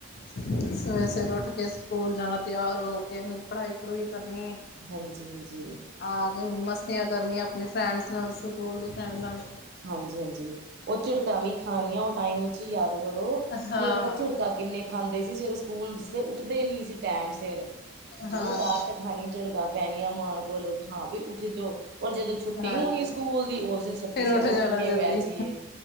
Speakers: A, on the left; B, on the right.
A: ਸਵੇਰੇ ਸਵੇਰੇ ਉੱਠ ਕੇ ਸਕੂਲ ਜਾਣਾ ਤੇਆਰ ਹੋ ਕੇ ਫੇਰ ਪੜ੍ਹਾਈ ਪੜੂਈ ਕਰਨੀ।
B: ਹਾਂਜੀ-ਹਾਂਜੀ।
A: ਆ ਕੇ ਮਸਤੀਆਂ ਕਰਨੀਆਂ ਅਪਣੇ ਫਰੈਂਡਸ ਨਾਲ ਸਕੂਲ ਦੀ ਫੈ੍ਂਡ ਨਾਲ।
B: ਹਾਂਜੀ ਹਾਂਜੀ, ਓ ਝਿੜਕਾਂ ਵੀ ਖਾਨੀਆਂ, ਓ ਟਾਈਮ ਚ ਯਾਦ ਕਰੋ
A: ਹਾਂ
B: ਕਿ ਆਪਾਂ ਝਿੜਕਾ ਕਿੰਨੇ ਖਾਂਦੇ ਸੀ। ਸਵੇਰੇ ਸਕੂਲ ਚ ਉੱਠਦੇ ਨੀ ਸੀ ਟੈਮ ਸਿਰ। ਜੋ
A: ਹਾਂ
B: ਡਾਂਟ ਖਾਣੀ ਝਿੜਕਾਂ ਪੈਣੀਆਂ ਮਾਂ ਕੋਲੋਂ ਕਿ ਹਾਂ ਵੀ ਉੱਠ ਜਓ ਔਰ ਜਦੋਂ ਛੁੱਟੀ
A: ਹਾਂਜੀ
B: ਹੋਣੀ ਸਕੂਲ ਦੀ ਉਸ ਦਿਨ ਸ
A: ਫੇਰ
B: ਤੀ ਸਵੇਰੇ ਉੱਠ
A: ਜਾਣਾ
B: ਕੇ
A: ਜਲਦੀ
B: ਵੈ ਜੀਏ